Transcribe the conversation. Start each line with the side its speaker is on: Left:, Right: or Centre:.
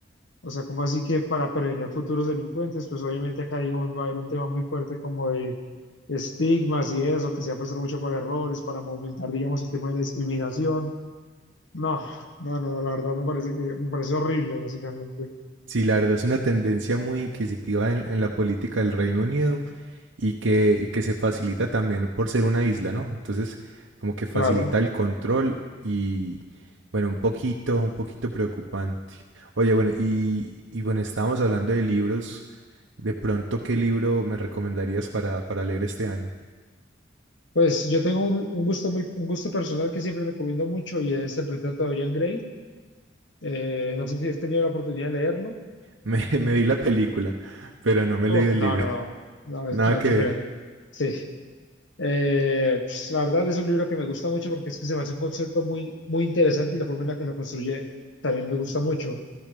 Left: O sea, como así que para prevenir futuros delincuentes, pues obviamente acá, digamos, va a haber un tema muy fuerte como de estigmas y eso, que se va a prestar mucho para errores, para aumentar, digamos, el tema de la discriminación. No, no, no, la verdad me parece que me parece horrible, básicamente.
Right: Sí, la verdad es una tendencia muy inquisitiva en, en la política del Reino Unido y que, y que se facilita también por ser una isla, ¿no? Entonces, como que facilita
Left: Claro.
Right: el control y, bueno, un poquito, un poquito preocupante. Oye, bueno, y, y bueno, estábamos hablando de libros. De pronto, ¿qué libro me recomendarías para, para leer este año? <laughs>
Left: Pues yo tengo un, un gusto muy, un gusto personal que siempre recomiendo mucho y es el retrato de Dorian Gray. Eh, no sé si has tenido la oportunidad de leerlo.
Right: Me, me vi la película, pero no me he
Left: Uf,
Right: leído el
Left: no,
Right: libro.
Left: no,
Right: <laughs>
Left: no, no, es,
Right: Nada
Left: no,
Right: que
Left: es diferente.
Right: ver.
Left: Sí. Eh, pues, la verdad es un libro que me gusta mucho porque es que se me hace un concepto muy, muy interesante y la forma en la que lo construye también me gusta mucho.